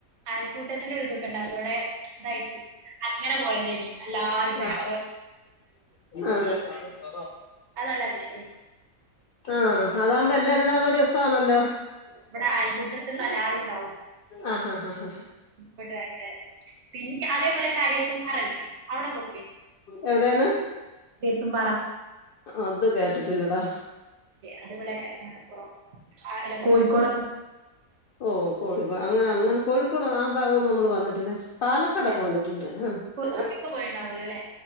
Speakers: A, on the right; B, on the left.
A: ിക്കൂട്ടത്തിന്റെ ഒരു ദുഖംണ്ടയിരുന്നു അവിടെ ഇന്തായിട്ട് അങ്ങനെ പോയത്േനി അല്ലാർക്കും
B: ആഹ് ആഹ്
A: അ നല്ല ആള്ഷ്ടി
B: ആഹ അതാകുമ്പോ എല്ലാരരുംട ആകുമ്പോ നല്ല രസമാണല്ലോ
A: ഇവിടെ അയൽക്കൂട്ടത്തില് എല്ലാരുംണ്ടാവും
B: ആഹ് ആഹ് ആഹ്
A: ബധട്ട് ഭയങ്കര പിന്നെ അതേപോലെ കാര്യത്ത് പാറല്ലേ ല്ലേ അവിടെൊക്കെ
B: എവിടെയാണ്
A: ബീതും ബറാ
B: അത് കേട്ടിട്ടില്ലടാ
A: അതിവിടെ മലപ്പുറം ആ ആല്ല കോഴിക്കോട്
B: ഓ കോഴിക്കോട് അങ്ങനെ അങ്ങനെ കോഴിക്കോട് ആ ഭാഗംൊന്നും നമ്മള് വന്നിട്ടില്ല പാലക്കാടൊക്കെ
A: ഇല്ല
B: വന്നിട്ടുണ്ട് ഉ
A: കൊച്ചിയിലൊക്കെ പോയിണ്ടാവല്ലോ അല്ലെ